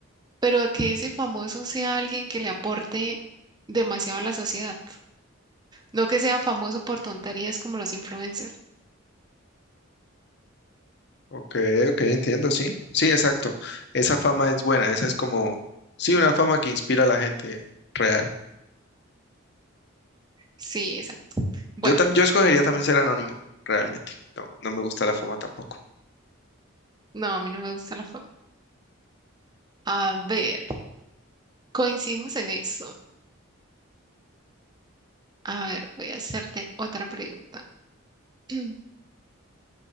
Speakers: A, on the right (about 20°); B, on the left (about 50°).
A: pero que ese famoso sea alguien que le aporte demasiado a la sociedad. No que sea famoso por tonterías como los influencers.
B: Ok, ok, entiendo, sí. Sí, exacto. Esa fama es buena, esa es como, sí, una fama que inspira a la gente real.
A: Sí, esa. Bueno,
B: Yo también, yo escogería también ser anónimo, realmente. No, no me gusta la fama tampoco.
A: no, a mí no me gusta la fama. A ver, coincidimos en eso. A ver, voy a hacerte otra pregunta. <clears throat>